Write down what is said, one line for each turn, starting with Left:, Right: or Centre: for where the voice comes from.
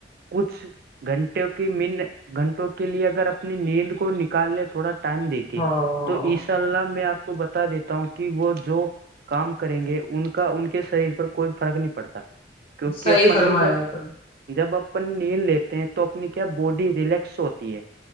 Right: کچھ گھنٹ کے من گھنٹوں کے لیے اگر اپنی نیند کو نکالنے تھوڑا ٹائم دیکھ
Left: ہاں
Right: تو عشاء اللہ میں آپ کو بتا دیتا ہوں کہ وہ جو کام کریں گے ان کا ان کے شریر پر کوئی فرق نہیں پڑتا کیونکہ
Left: صحیح
Right: اپن
Left: فرمایا
Right: کو جب
Left: آپ نے
Right: جب اپن نیند لیتے ہیں تو اپنی کیا باڈی ریلیکس ہوتی ہے